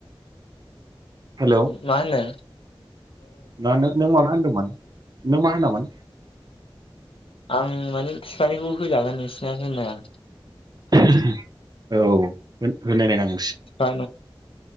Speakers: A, on the right (about 45°); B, on the left (about 75°).
A: हेलौ
B: मा होनो
A: ना नों माबा होनदोंमोन नों मा होनामोन
B: आं माने फिफानिखौ होजागोन नोंसिना होनोया
A: <unintelligible> औ होन होनाय नायनांगोन
B: <unintelligible>